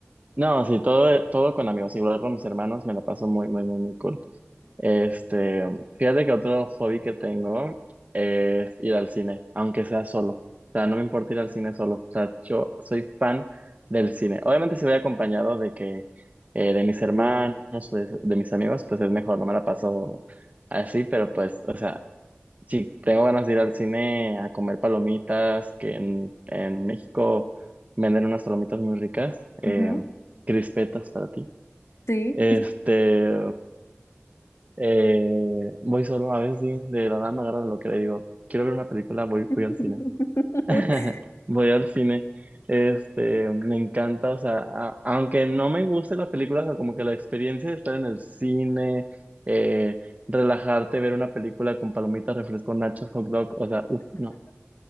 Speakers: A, on the right (about 35°); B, on the left (about 85°).
A: no, sí, todo, todo con amigos. Igual con mis hermanos me la paso muy, muy, muy, muy cool. Este, fíjate que otro hobby que tengo es ir al cine, aunque sea solo. O sea, no me importa ir al cine solo. O sea, yo soy fan del cine. Obviamente si voy acompañado de que eh, de mis hermanos o de, de mis amigos, pues es mejor, no me la paso así, pero pues, o sea, si tengo ganas de ir al cine a comer palomitas, que en, en México venden unas palomitas muy ricas, eh,
B: ujú, ujú,
A: crispetas para ti.
B: Sí.
A: Este, eh, voy solo a ver si de la nada me agarra lo que le digo. Quiero ver una película, voy,
B: <laughs>
A: voy al cine. <laughs> Voy al cine. Este, me encanta, o sea, a- aunque no me guste la película, o sea, como que la experiencia de estar en el cine, eh, relajarte, ver una película con palomitas, refresco, nachos, hot dog, o sea, uff, no.